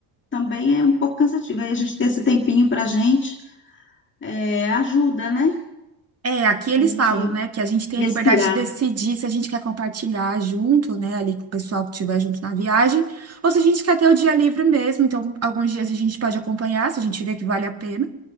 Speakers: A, on the left; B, on the right.
A: também é um pouco cansativo. Aí a gente ter esse tempinho para a gente é, ajuda, né?
B: É, aqui eles
A: A gente
B: falam, né, que a gente tem
A: respirar.
B: a liberdade de decidir se a gente quer compartilhar junto, né, ali com o pessoal que estiver junto na viagem, ou se a gente quer ter o dia livre mesmo. Então, alguns dias a gente pode acompanhar, se a gente vê que vale a pena,